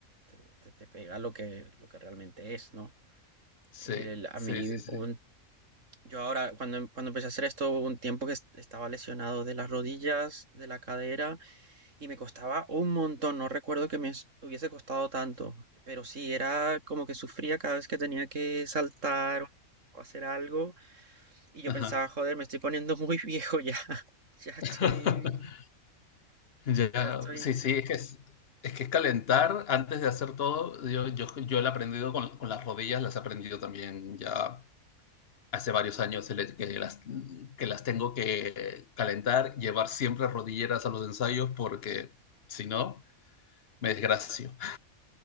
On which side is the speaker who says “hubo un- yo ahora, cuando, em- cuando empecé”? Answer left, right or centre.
Right